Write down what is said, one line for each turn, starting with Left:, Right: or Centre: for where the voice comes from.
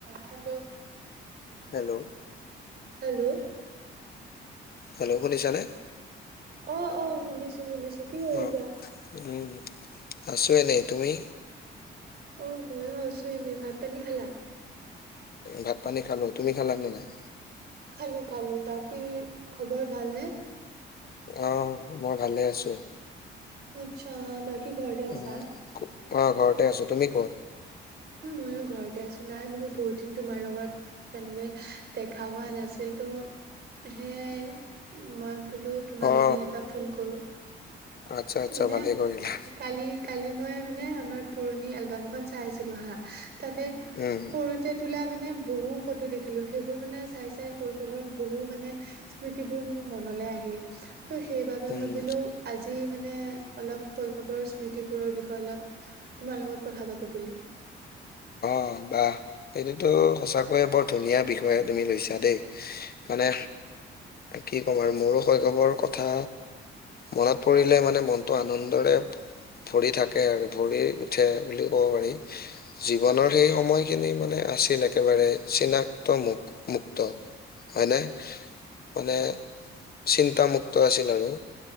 Right: Hello!
Left: Hello!
Right: Hello!
Left: Hello শুনিছা নে?
Right: অ', - অ', শুনিছো, শুনিছো কি কৰিছা?
Left: অ' উম আছো এনেই তুমি?
Right: অ', মইও আছো এনে। ভাত-পানী খালা?
Left: ভাত-পানী খালোঁ তুমি খালা নে নাই?
Right: খালোঁ-খালোঁ। বাকী খবৰ ভালনে?
Left: অ', মই ভালেই আছো।
Right: আচ্ছা বাকী ঘৰতে আছা
Left: অ', ঘ ঘৰতে আছো, তুমি ক'ত?
Right: উম, ময়ো ঘৰতে আছো নাই বোলো বহুত দিন তোমাৰ লগত তেনেকে দেখা হোৱা নাছিল তো, সেয়াই মই বোলো তোমালেকে
Left: অ'
Right: এটা ফোন কৰোঁ।
Left: আচ্ছা আচ্ছা
Right: মানে
Left: ভালেই কৰিলা।
Right: কালি-কালি মই মানে আমাৰ পুৰণি এলবামখন চাই আছিলোঁ হা তাতে
Left: উম,
Right: সৰুতে তোলা মানে বহু ফটো দেখিলো। সেইবোৰ মানে চাই-চাই শৈশৱৰ বহু মানে স্মৃতিবোৰ মোৰ মনলৈ আহিল। ত' সেইবাবে
Left: উম।
Right: ভাবিলো আজি মানে অলপ শৈশৱৰ স্মৃতিবোৰৰ বিষয়ে অলপ তোমাৰ লগত কথা পাতো বুলি।
Left: অ', বাহ। এইটোতো সঁচাকৈয়ে বৰ ধুনীয়া বিষয়ে তুমি লৈছা দেই। মানে, কি ক'ম আৰু! মোৰো শৈশৱৰ কথা মনত পৰিলে মানে মনটো আনন্দৰে ভৰি থাকে আৰু ভৰি উঠে বুলিও ক'ব পাৰি। জীৱনত সেই সময়খিনি মানে আছিল একেবাৰে চিনাক্ত মু, মুক্ত। হয়নে? মানে চিন্তামুক্ত আছিল আৰু!